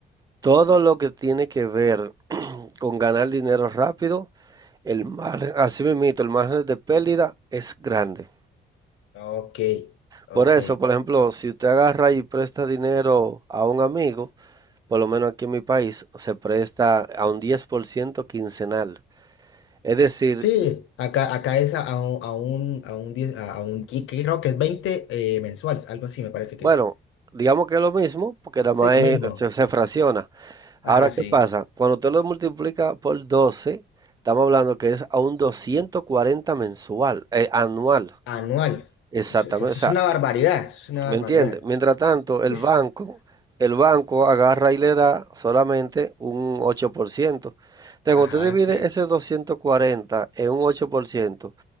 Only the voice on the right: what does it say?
todo lo que tiene que ver con ganar dinero rápido, el margen, así mismo, el margen de pérdida es grande.
Por eso, por ejemplo, si usted agarra y presta dinero a un amigo, por lo menos aquí en mi país, se presta a un 10% quincenal. Es decir,
bueno,
digamos que es lo mismo, porque nada
más
es-
se, se fracciona.
Ahora, ¿qué
pasa? Cuando usted lo multiplica por 12, estamos hablando que es a un 240 mensual, eh, anual.
Exactamente,
o sea,
¿Me entiende? Mientras tanto, el
banco, el banco agarra y le da solamente un 8%. Entonces,
cuando usted divide
ese 240 en un ocho por ciento